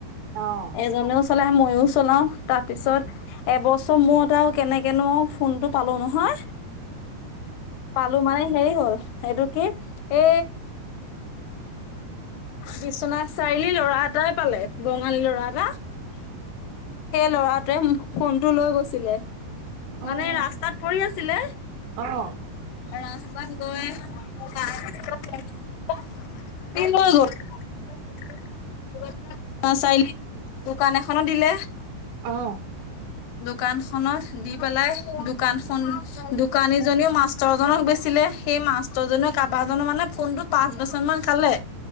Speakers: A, on the right; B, on the left.
A: অঁ
B: এজনেও চলাই মইও চলাও তাৰ পিছত
A: অ',
B: এবছৰ মোৰত আৰু কেনেকেনো ফোনটো পালো নহয়। পালো মানে হেৰি হ'ল, সেইটো- কি এ বিশ্বনাথ চাৰিআলি ল'ৰা এটাই পালে বঙালী ল'ৰা এটা। সেই ল'ৰাটোৱে ফোনটো লৈ গৈছিলে,
A: অ',
B: মানে ৰাস্তাত পৰি আছিলে।
A: অ
B: <unintelligible> সি লৈ গল। বিশ্বনাথ চাৰআলি দোকান এখনত দিলে।
A: অঁ
B: দোকান খনত দি পেলাই, দোকান খন- দোকানীজনীও মাষ্টৰজনক বেছিলে, সেই মাষ্টৰজনীও কাৰোবাৰ জনৰো মানে ফোনটোত - পাঁচ বছৰ মান খালে